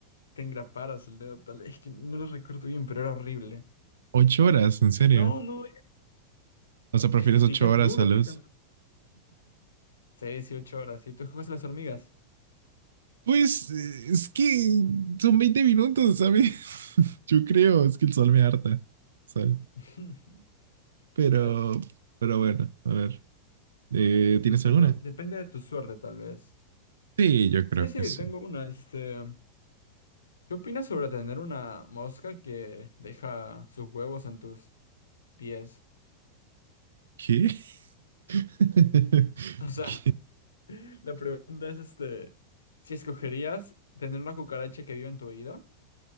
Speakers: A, on the left (about 70°); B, on the right (about 65°).
A: te engraparas el dedo tal, es que no lo recuerdo bien, pero era horrible.
B: ocho horas, en serio.
A: Y no, no,
B: O sea, prefieres
A: es que pican
B: 8 horas
A: duro,
B: a luz.
A: pican duro. 6, 8 horas. Y tú escoges las hormigas.
B: Pues eh, es que son 20 minutos, ¿sabes? <laughs> Yo creo, es que el sol me harta, ¿sabes?
A: <laughs>
B: Pero,
A: Igual,
B: pero bueno, a ver. Eh, ¿tienes
A: depende,
B: alguna?
A: depende de tu suerte, tal vez.
B: Sí, yo creo
A: Sí, sí,
B: que sí.
A: tengo una, este... ¿Qué opinas sobre tener una mosca que deja sus huevos en tus pies?
B: ¿Qué? <laughs>
A: O sea,
B: ¿Qué?
A: <laughs> la pregunta es, este... Si escogerías tener una cucaracha que vive en tu oído